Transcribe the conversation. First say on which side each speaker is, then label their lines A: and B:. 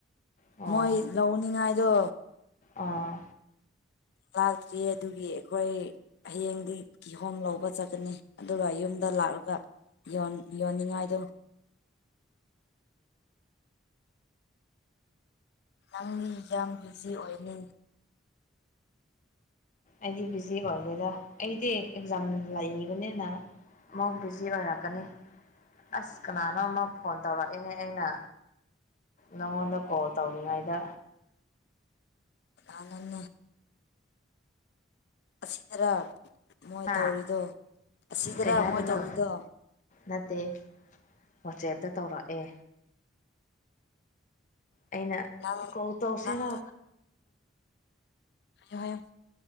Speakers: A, on the left; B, on the left.
A: ꯑꯣ
B: ꯃꯣꯏ ꯂꯧꯅꯤꯡꯉꯥꯏꯗꯣ
A: ꯑꯥ
B: ꯂꯥꯛꯇ꯭ꯔꯤ ꯑꯗꯨꯒꯤ ꯑꯩꯈꯣꯏ ꯍꯌꯦꯡꯗꯤ ꯀꯤꯍꯣꯝ ꯂꯧꯕ ꯆꯠꯀꯅꯤ ꯑꯗꯨꯒ ꯌꯨꯝꯗ ꯗ ꯂꯥꯛꯂꯒ ꯌ ꯌꯣꯟꯅꯤꯡꯉꯥꯏꯗꯣ ꯅꯪꯗꯤ ꯌꯥꯝ ꯕꯤꯖꯤ ꯑꯣꯏꯅꯤ
A: ꯑꯩꯗꯤ ꯕꯤꯖꯤ ꯑꯣꯏꯗꯦꯗ ꯑꯩꯗꯤ ꯑꯦꯛꯖꯥꯝ ꯂꯩꯕꯅꯤꯅ ꯑꯃꯧ ꯕꯤꯖꯤ ꯑꯣꯏꯔꯛꯀꯅꯤ ꯑꯁ ꯀꯅꯥꯅꯣ ꯑꯃ ꯐꯣꯟ ꯇꯧꯔꯛꯏꯅꯦ ꯑꯩꯅ ꯅꯪꯉꯣꯟꯗ ꯀꯣꯜ ꯇꯧꯔꯤꯉꯩꯗ
B: ꯑꯅꯟꯅꯦ ꯑꯁꯤꯁꯤ ꯇꯔꯥ ꯃꯣꯏ
A: ꯍꯥ
B: ꯇꯧꯔꯤꯗꯣ ꯑꯁꯤꯗꯔꯥ
A: ꯀꯩ ꯍꯥꯏꯕꯅꯣ
B: ꯃꯣꯏ ꯇꯧꯔꯤꯗꯣ
A: ꯅꯠꯇꯦ ꯋꯥꯆꯦꯞꯇ ꯇꯧꯔꯛꯑꯦ ꯑꯩꯅ
B: ꯅꯪ
A: ꯀꯣꯜ ꯇꯧꯁꯦꯔ
B: ꯅꯪ ꯌꯥ